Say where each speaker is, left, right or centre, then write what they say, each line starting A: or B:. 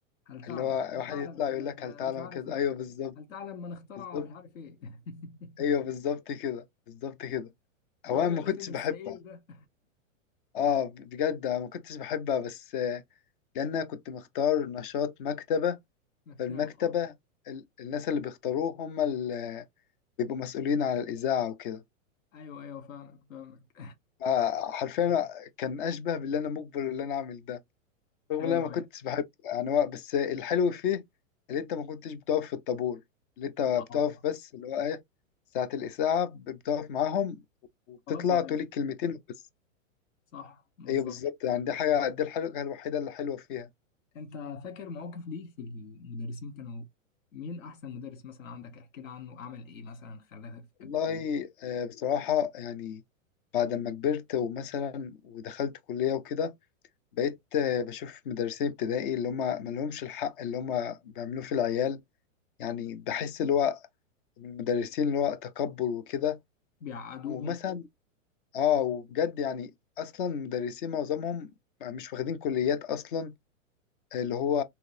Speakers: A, on the left; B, on the left.
A: هل تعلم
B: اللي هو
A: هل
B: واحد
A: تعلم
B: يطلع يقول
A: أن
B: لك هل تعلم
A: مش عارف
B: كده
A: إيه
B: ايوه بالظبط
A: هل تعلم من اخترع
B: بالظبط
A: مش عارف إيه <laughs>
B: ايوه بالظبط كده بالظبط كده
A: الواد
B: هو انا ما
A: الرخم
B: كنتش
A: السعيد
B: بحبها
A: ده
B: اه بجد انا ما كنتش بحبها بس آه، لان انا كنت مختار نشاط مكتبه
A: مكتبة
B: فالمكتبه
A: أه
B: ال- الناس اللي بيختاروه هم اللي بيبقوا مسؤولين على الاذاعه وكده
A: أيوه أيوه فاهمك فاهمك
B: آه، حرفيا كان اشبه باللي انا مجبر اللي انا اعمل ده
A: <laughs>
B: رغم
A: أيوه
B: ان انا ما كنتش
A: أيوه
B: بحب يعني هو بس الحلو فيه اللي انت ما كنتش بتقف في الطابور اللي انت
A: أه
B: بتقف بس اللي هو ايه ساعة الإذاعة بتقف معاهم وبتطلع
A: خلاص يا باشا
B: تقول الكلمتين وبس
A: صح بالظبط
B: ايوه بالظبط يعني دي حاجة دي الحاجة الوحيدة اللي حلوة فيها
A: انت فاكر مواقف ليك في المدرسين كانوا مين احسن مدرس مثلا عندك احكي لي عنه عمل ايه مثلا خلاك تحب
B: والله
A: خلاك
B: آه، بصراحة يعني بعد ما كبرت ومثلا ودخلت كلية وكده بقيت آه، بشوف مدرسين ابتدائي اللي هم ما لهمش الحق اللي هم بيعملوه في العيال يعني بحس اللي هو من المدرسين اللي هو تكبر وكده
A: بيعقدوهم
B: ومثلا اه وبجد يعني اصلا مدرسين معظمهم مش واخدين كليات اصلا اللي هو